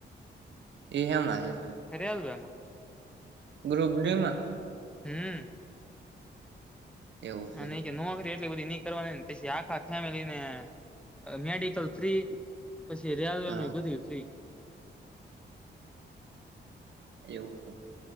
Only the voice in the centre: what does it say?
રેલવે માં
હમ
હ
નહી કે નોકરી એટલી બધી ની કરવાની ને પછી આખા ફેમિલી ને અ મેડિકલ ફ્રી પછી રેલવે
નું બધુંય ફ્રી